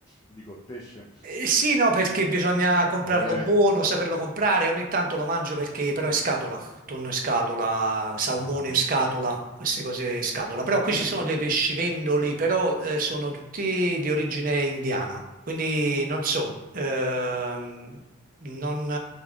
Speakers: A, on the left; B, on the right.
A: Dico il pesce.
B: Eh, sì, no, perché
A: Mm.
B: bisogna comprarlo
A: Eh,
B: buono, saperlo comprare. Ogni tanto lo mangio perché però in scatola, tonno in scatola, salmone
A: ah,
B: in scatola, queste cose in scatola. Però qui ci
A: no, ah,
B: sono
A: no.
B: dei pescivendoli, però eh, sono tutti di origine indiana. Quindi non so, ehm, non,